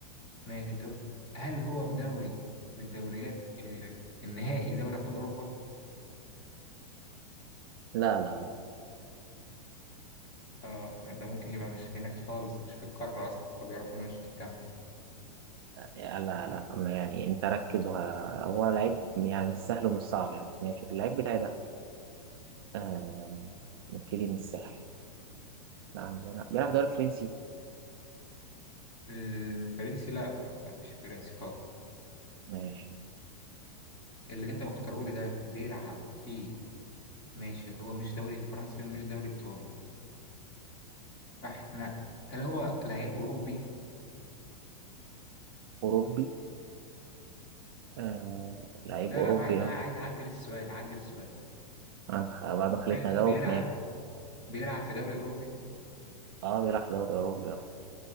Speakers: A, on the left (about 30°); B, on the right (about 35°).
A: ماشي انت قلت هل هو في دوري من الدوريات اللي في النهائي دوري ابطال اوروبا
B: لا لا لا
A: اه لا، ده ممكن يبقى مش هناك خالص مش في القاره اصلا طب يا ربنا مش تكمل
B: لا لا ما يعني انت ركز وه... هو لعيب يعني مش سهل ومش صعب يعني ماشي اللعيب بتاعي ده آه... نبتدي من السهل عندنا بيلعب دوري فرنسي
A: الفرنسي لا لا لا مش فرنسي خالص
B: ماشي
A: اللي انت مختاره لي ده بيلعب فيه ماشي هو مش دوري فرنسي ومش دوري ايطالي فاحنا هل هو لعيب اوروبي
B: أوروبي آه... لعيب
A: لا
B: أوروبي
A: لا عايز عايز
B: اه
A: اعدل السؤال اعدل السؤال
B: عند- بعد ما خليتني
A: بيل-
B: أجاوب
A: بيلعب
B: ماشي
A: بيلعب في دوري أوروبي
B: اه بيلعب في دوري أوروبي اه